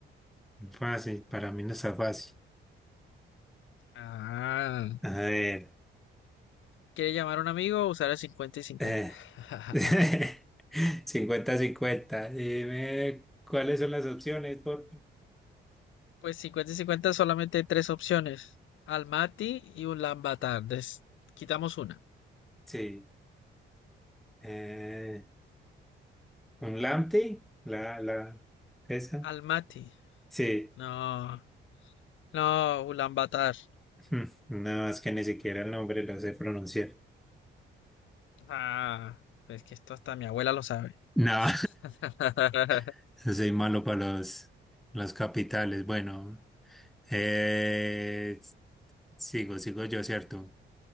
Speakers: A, in the centre; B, on the left.
A: fácil, para mí no está fácil.
B: Ah,
A: A ver,
B: ¿quiere llamar a un amigo o usar el cincuenta y cincuenta?
A: eh,
B: <laughs>
A: <laughs> cincuenta 50 Dime cuáles son las opciones, por
B: Pues 50 y 50 solamente hay tres opciones. Almaty y Ulaanbaatar. Des- quitamos una.
A: Sí. eh, ¿un Lamty? La, la, esa.
B: Almaty.
A: Sí.
B: No, no, Ulaanbaatar.
A: Hmm, No, es que ni siquiera el nombre lo sé pronunciar.
B: Ah, es que esto hasta mi abuela lo sabe.
A: No,
B: <laughs>
A: <laughs> soy malo para los, los capitales. Bueno, eh, sigo, sigo yo, ¿cierto?